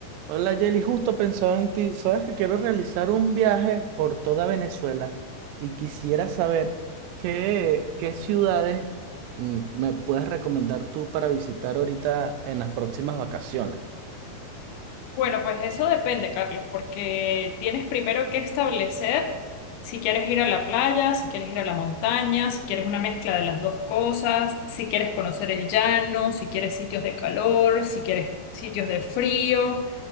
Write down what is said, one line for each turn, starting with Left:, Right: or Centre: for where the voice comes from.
Right: Hola Jelly, justo pensaba en ti. Sabes que quiero realizar un viaje por toda Venezuela y quisiera saber qué, qué ciudades mm, me puedes recomendar tú para visitar ahorita en las próximas vacaciones.
Left: Bueno, pues eso depende, Carlos, porque tienes primero que establecer si quieres ir a la playa, si quieres ir a la montaña, si quieres una mezcla de las dos cosas, si quieres conocer el llano, si quieres sitios de calor, si quieres sitios de frío.